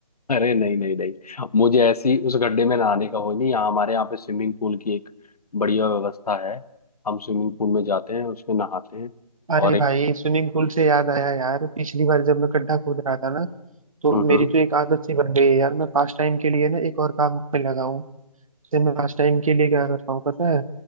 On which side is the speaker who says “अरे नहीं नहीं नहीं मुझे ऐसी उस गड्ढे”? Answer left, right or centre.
Left